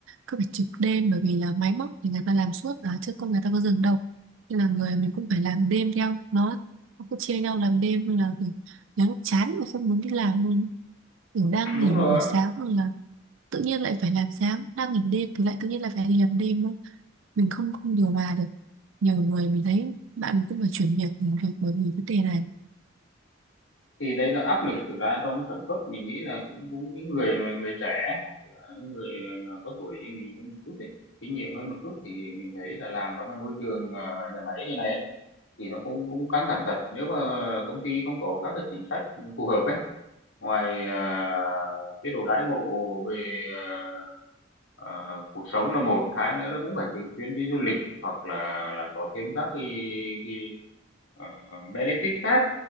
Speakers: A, on the right (about 75°); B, on the left (about 80°).
A: cứ phải trực đêm bởi vì là máy móc thì người ta làm suốt mà chứ không người ta có dừng đâu nên là người mình cũng phải làm đêm theo nó nó cứ chia nhau làm đêm nên là kiểu, nếu lúc chán mà không muốn đi làm luôn kiểu đang
B: đúng
A: nghỉ
B: rồi.
A: buổi sáng hoặc là tự nhiên lại phải làm sáng đang nghỉ đêm thì lại tự nhiên lại phải đi làm đêm nữa mình không không điều hòa được nhiều người mình thấy bạn mình cũng phải chuyển việc nghỉ việc bởi vì vấn đề này
B: Thì đấy là áp lực thực ra trong sản xuất, mình nghĩ là cũng cũng những người mà người trẻ hoặc là những người mà có tuổi như mình hơn một chút ấy, kinh nghiệm hơn một chút thì mình thấy là làm trong cái môi trường, ờ, nhà máy như này ấy, thì nó cũng cũng căng thẳng thật. Nếu mà công ty không có các cái chính sách phù hợp ấy, ngoài, à, chế độ đãi ngộ về, à, ờ, cuộc sống là một, hai nữa nó cũng phải thường xuyên đi du lịch hoặc là là có thêm các cái cái, ờ, benefit khác